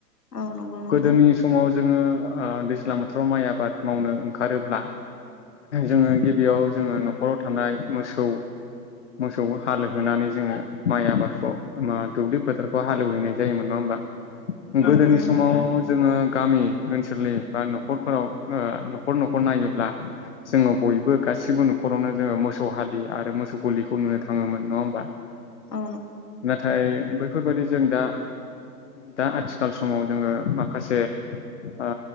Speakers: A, on the left; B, on the left.
A: औ नंगौ नोंथां औ नंगौ नोंथां
B: गोदोनि सम समाव जोङो ओ दैज्लां बोथोराव माइ आबाद मावनो ओंखारोब्ला जोङो गिबियाव जोङो न'खराव थानाय मोसौ मोसौखौ हालोहोनानै जोङो माइ आबादखौ मा दुब्लि फोथारखौ हालेवहैनाय जायोमोन नङा होमबा
A: औ
B: गोदोनि
A: नंगौ
B: समाव
A: नोंथां
B: जोङो गामि ओनसोलनि बा न'खरफोराव ओ न'खर न'खर नायोब्ला जोङो बयबो गासिबो न'खरावनो जोङो मोसौ हालि आरो मोसौ गलिखौ नुनो थाङोमोन नङा होमबा।
A: औ
B: नाथाय बैफोरबादि जों दा दा आथिखाल समाव जोङो माखासे ओ